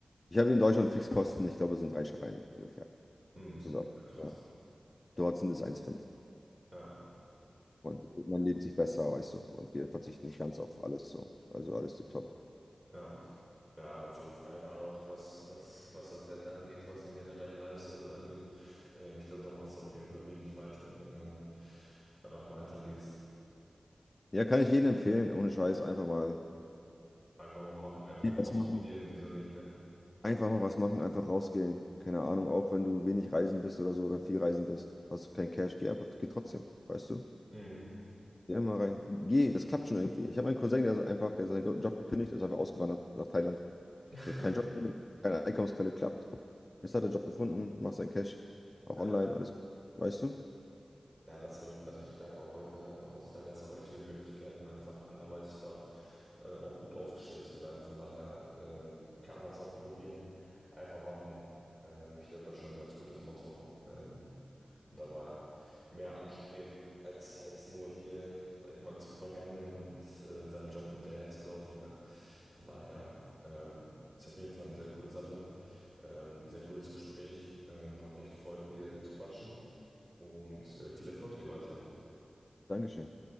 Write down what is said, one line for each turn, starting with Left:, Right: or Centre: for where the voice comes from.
Left: ich habe hier in Deutschland Fixkosten, ich glaube, es sind drei Scheine ungefähr
Right: Mhm.
Left: zusammen.
Right: Ja, krass.
Left: Ja. Dort sind es 1,5.
Right: Ja,
Left: Man, man lebt sich besser, weißt du. Und wir verzichten nicht ganz auf alles so. Also alles tipptopp.
Right: ja. Ja, auf jeden Fall. Gerade auch was, was, was das Wetter angeht, was den generellen Lifestyle dort angeht. Äh, ich glaube, da machst du auf jeden Fall wenig falsch mit, wenn du dann danach Malta gehst.
Left: Ja, kann ich jedem empfehlen. Ohne Scheiß, einfach mal
Right: Einfach mal machen, einfach mal
Left: was
Right: ausprobieren,
Left: machen.
Right: wieso nicht, ne?
Left: Einfach mal was machen, einfach rausgehen. Keine Ahnung, auch wenn du wenig reisen bist oder so oder viel reisen bist, hast du kein Cash, geh einfach, geh trotzdem, weißt du?
Right: Mhm.
Left: Geh immer rein. Geh, das klappt schon irgendwie. Ich habe einen Cousin, der ist einfach, der hat seinen Job gekündigt, ist einfach ausgewandert nach Thailand.
Right: <laughs>
Left: Der hat keinen Job, keine Einkommensquelle, klappt. Jetzt hat er einen Job gefunden, macht seinen Cash, auch
Right: Ja.
Left: online, alles gut, weißt du?
Right: Ja, das ist verrückt. Also ich denke auch heute, heutzutage hast du auch echt viele Möglichkeiten, einfach anderweitig da äh, auch gut aufgestellt zu sein. Von daher ähm, kann man das auch probieren, einfach machen. Ähm, ich glaube, das ist schon ein ganz gutes Motto. Ähm, und da mal mehr anstreben, als, als nur hier, sag ich mal, zu vergammeln und äh, seinem Job hinterher zu laufen. Ne? Von daher ähm, ist auf jeden Fall eine sehr coole Sache. Ähm, sehr cooles Gespräch. Ähm, hat mich gefreut, mit dir zu quatschen. Und äh, viel Erfolg dir weiterhin.
Left: Dankeschön.